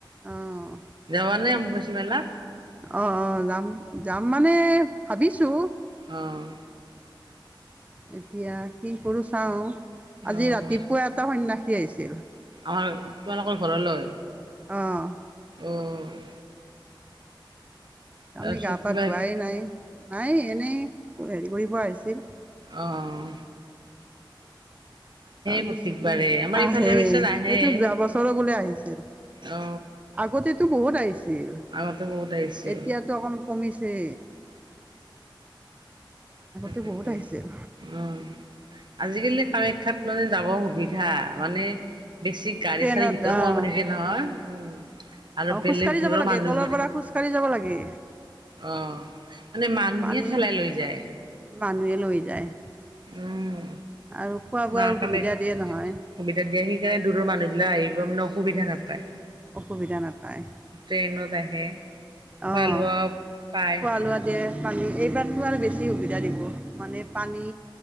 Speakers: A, on the right; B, on the right.
A: অঁ
B: যাবানে অম্বুবাচী মেলাত।
A: অহ অহ যাম। যাম মানে ভাবিছো।
B: অ',
A: এতিয়া কি কৰো চাও। আজি
B: অ',
A: ৰাতিপুৱা এটা সন্যসী। সি আহিছিল।
B: আমাৰ তোমালোকৰ ঘৰলৈ।
A: অঁ
B: অহ। তাৰপিছত
A: আমি গা পা
B: কিবা
A: ধোৱাই নাই, নাই এনেই হেৰি। কৰিব আহিছিল।
B: অহ।
A: তাৰপিছত
B: প্ৰত্যেকবাৰে আমাৰ
A: আহে
B: ইফালে অৱশ্যে নাহে
A: সেইটো যোৱা বছৰ বোলে আহিছিল
B: অ
A: আগতেতো বহুত আহিছিল
B: আগতে বহুত আহিছিল
A: এতিয়াতো অকমান কমিছে। আগতে
B: অহ
A: বহুত আহিছিল
B: আজিকালি কাৰে। শাত মানে যাব সুবিধা মানে। বেছি গাড়ী
A: ট্ৰেইনত
B: চাৰী ভিতৰত
A: আহ
B: সোমাব নিদিয়ে নহয়। অহ। আৰু
A: অ খোজকাঢ়ি
B: বেলেগ দূৰৰ
A: যাব লাগে
B: মানুহবোৰ
A: তলৰ পৰা খোজকাঢ়ি যাব লাগে
B: অহ মানে মানুহে
A: পানী
B: থেলাই লৈ যায়।
A: মানুহে লৈ যায়।
B: উম
A: আৰু খোৱা
B: মা
A: বোৱাৰো
B: কামাখ্যা
A: সুবিধা দিয়ে নহয়।
B: সুবিধা দিয়ে সেইকাৰণে দূৰৰ মানুহবিলক আহিব মানে অসুবিধা নাপায়।
A: অসুবিধা নাপায়।
B: ট্ৰেইনত আহে। খোৱা
A: অক্ষ
B: লোৱা পায়
A: খোৱা লোৱা দিয়ে পানী এইবাৰতো আৰু বেছি সুবিধা। এয়া দিব। মানে পানী